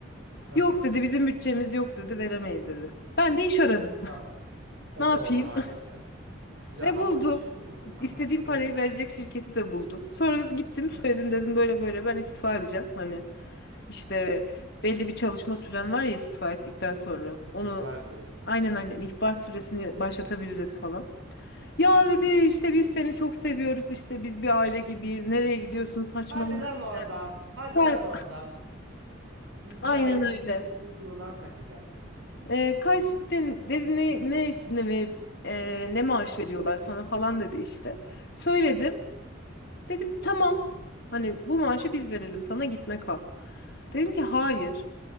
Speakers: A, on the right; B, on the left.
A: Hı
B: Yok
A: hı.
B: dedi bizim bütçemiz yok dedi veremeyiz dedi. Ben de iş aradım.
A: Tamam.
B: <laughs>
A: E
B: Ne yapayım?
A: doğru haliyle. Ya
B: Ve
A: ama
B: buldum.
A: bir şey diyeyim mi? Hı
B: İstediğim
A: hı. Buldun.
B: parayı verecek şirketi de buldum. Sonra gittim
A: Hı hı.
B: söyledim dedim böyle böyle ben istifa edeceğim. Hani işte
A: Hı hı.
B: belli bir çalışma süren var ya istifa ettikten sonra. Onu
A: İhbar süresi.
B: aynen aynen ihbar süresini başlatabiliriz
A: Hı
B: falan.
A: hı.
B: Ya
A: Hı hı.
B: dedi işte biz seni çok seviyoruz işte biz bir aile gibiyiz. Nereye gidiyorsun saçmalama.
A: Hadi lan oradan.
B: işte."
A: Hadi
B: Ka-
A: lan oradan. Biz
B: Aynen
A: bir aile
B: öyle.
A: gibiyiz. Duyduğundan kaçacaksın.
B: Ee, kaç dedin, dedi ne ne ne ver e, ne maaş
A: Hı hı,
B: veriyorlar sana falan dedi işte. Söyledim.
A: hı hı,
B: Dedim tamam. Hani bu maaşı biz verelim sana gitme kal. Dedim ki hayır.